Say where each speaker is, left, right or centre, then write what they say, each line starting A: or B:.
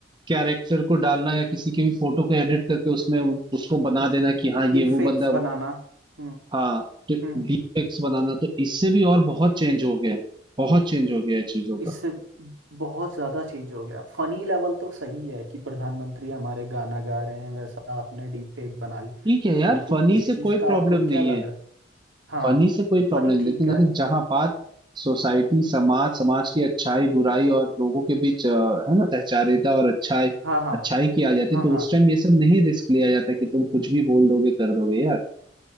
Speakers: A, on the right; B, on the right.
A: कैरेक्टर को डालना या किसी की भी फोटो को एडिट करके उसमें उन- उसको बना देना कि हाँ ये
B: डिफेक्ट्स
A: वो बंदा है,
B: बनाना हम्म
A: हाँ तो
B: हम्म
A: वीएक्स बनाना तो इससे भी और बहुत चेंज हो गया है बहुत चेंज हो गया है चीजों
B: इससे
A: का
B: बहुत ज्यादा चेंज हो गया फनी लेवल तो सही है कि प्रधानमंत्री हमारे गाना गा रहे हैं वैसा आपने डिफेक्ट बना ली
A: ठीक है यार
B: लेकिन
A: फनी
B: उस
A: से
B: चीज
A: कोई
B: का
A: प्रॉब्लम
B: आपको क्या
A: नहीं
B: लग
A: है
B: रहा हाँ
A: फनी से कोई प्रॉब्लम
B: फनी
A: नहीं
B: ठीक
A: लेकिन
B: है
A: अगर जहां बात सोसाइटी समाज समाज की अच्छाई बुराई और लोगों के बीच अ, है ना सहचारिता और अच्छाई
B: हाँ हाँ
A: अच्छाई की आ जाती
B: हाँ हाँ
A: तो उस टाइम ये सब नहीं रिस्क लिया जाता कि तुम कुछ भी बोल दोगे कर दोगे यार